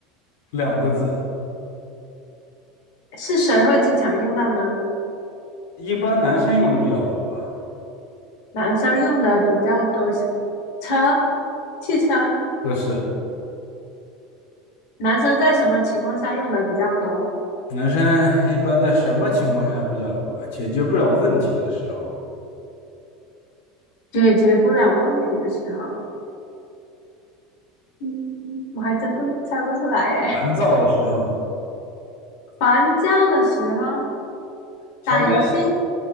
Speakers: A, on the left (about 85°); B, on the left (about 60°).
A: 两个字。
B: 是谁会经常用到呢？
A: 一般男生用的比较多吧，
B: 男生用的比较多是车，汽车。
A: 不是
B: 男生在什么情况下用的比较多？
A: 男生一般在什么情况下比较多？解决不了问题的时候，
B: 解决不了问题的时候，嗯，我还真不猜不出来耶。
A: 烦躁的时候，
B: <laughs> 烦躁的时候，
A: 香烟，
B: 打游戏